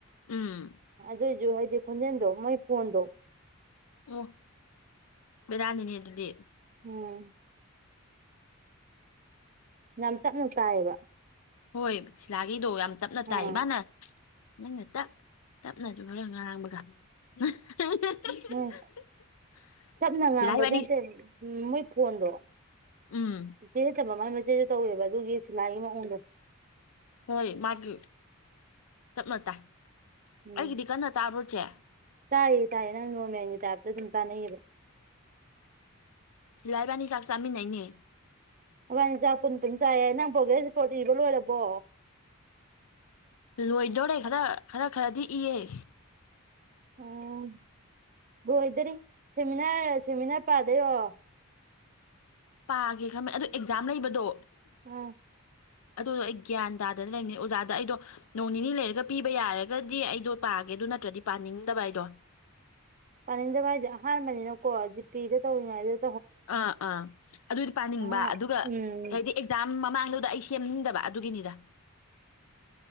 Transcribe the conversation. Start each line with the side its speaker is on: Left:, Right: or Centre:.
Left: ꯎꯝ
Right: ꯑꯗꯨꯏꯖꯨ ꯍꯥꯏ ꯈꯣꯟꯖꯦꯟꯗꯣ ꯃꫭꯏ ꯐꯣꯟꯗꯣ
Left: ꯑꯣ ꯌꯥꯥꯅꯤꯅꯦ ꯑꯗꯨꯗꯤ
Right: ꯎꯝ ꯌꯥꯝ ꯇꯞꯅ ꯇꯥꯏꯌꯦꯕ
Left: ꯍꯣꯏ ꯁꯤꯂꯥꯒꯤꯗꯣ ꯌꯥꯝꯇꯞꯅ ꯇꯥꯏ
Right: ꯎꯝ
Left: ꯃꯥꯅ ꯅꯪꯅ ꯇꯞ ꯇꯞꯅꯁꯨ ꯈꯔ ꯉꯥꯡꯕꯗ <unintelligible>
Right: ꯎꯝ ꯇꯞꯅ ꯉꯥꯡꯕꯗ
Left: ꯁꯤꯂ ꯏꯕꯥꯅꯤ
Right: ꯅꯠꯇꯦ ꯎꯝ ꯃꯣꯏ ꯐꫭꯟꯗꫭ
Left: ꯎꯝ
Right: <unintelligible> ꯃꯥꯆꯦ ꯇꯧꯋꯦꯕ ꯑꯗꯨꯒꯤ ꯁꯤꯂꯥꯏ ꯃꯑꯣꯡꯗꯣ
Left: ꯍꯣꯏ ꯃꯥꯒꯤ ꯇꯞꯅ ꯇꯥꯏ
Right: ꯎꯝ
Left: ꯑꯩꯒꯤꯗꯤ ꯀꯟꯅ ꯇꯥꯕ꯭ꯔꯣ ꯆꯦ
Right: ꯇꯌꯦ ꯇꯥꯏꯌꯦ ꯅꯪ ꯅꫭꯔꯃꯦꯜ ꯇꯔ ꯑꯗꯨꯗ ꯑꯗꯨꯝ ꯀꯥꯟꯅꯩꯌꯦꯕ
Left: ꯁꯤꯂꯥꯏꯕꯥꯅꯤ ꯆꯥꯛ ꯆꯥꯃꯤꯟꯅꯩꯅꯤ
Right: ꯅꯥꯕꯥꯅꯤ ꯆꯥꯛ ꯄꯨꯟ ꯄꯨꯟ ꯆꯥꯏ ꯅꯪ ꯄꫭꯔꯒꯦꯁ ꯔꯤꯃꫭꯠ ꯏꯕ ꯂꯣꯏꯔꯕꯣ
Left: ꯂꯣꯏꯗꯣꯔꯦ ꯈꯔ ꯈꯔ ꯈꯔꯗꯤ ꯏꯑꯦ
Right: ꯎꯝ ꯂꫭꯏꯗꯔꯤ ꯁꯦꯃꯤꯅꯥꯔ ꯁꯦꯃꯤꯅꯥꯔ ꯄꯥꯗꫭꯏꯔꯣ
Left: ꯄꯥꯒꯦ ꯈꯪꯃꯦ ꯑꯣ ꯑꯦꯛꯖꯥꯝ ꯂꯩꯕꯗꯣ
Right: ꯎꯝ
Left: ꯑꯗꯨꯗꯣ ꯑꯩ ꯒ꯭ꯌꯥꯟ ꯇꯥꯗꯅ ꯂꯩꯕꯅꯤ ꯑꯣꯖꯥꯗ ꯑꯩꯗꯣ ꯅꯣꯡ ꯅꯤꯅꯤ ꯂꯩꯔꯒ ꯄꯤꯕ ꯌꯥꯔꯒꯗꯤ ꯑꯩꯗꯣ ꯄꯥꯒꯦ ꯑꯗꯨ ꯅꯠꯇ꯭ꯔꯗꯤ ꯄꯥꯅꯤꯡꯗꯕ ꯑꯩꯗꯣ
Right: ꯄꯥꯅꯤꯡꯗ ꯍꯥꯏꯖꯦ ꯑꯍꯥꯟꯕꯅꯤꯅꯀꯣ ꯖꯤꯄꯤꯗ ꯇꯧꯔꯤꯉꯥꯏꯗ
Left: ꯑꯥ ꯑꯥ ꯑꯗꯨꯗꯤ ꯄꯥꯅꯤꯡꯕ
Right: ꯉꯍꯥ
Left: ꯑꯗꯨꯒ
Right: ꯎꯝ
Left: ꯍꯥꯏꯗꯤ ꯑꯦꯛꯖꯥꯝ ꯃꯃꯥꯡ ꯑꯗꯨꯗ ꯑꯩ ꯁꯦꯝꯅꯤꯡꯗꯕ ꯑꯗꯨꯒꯤꯅꯤꯗ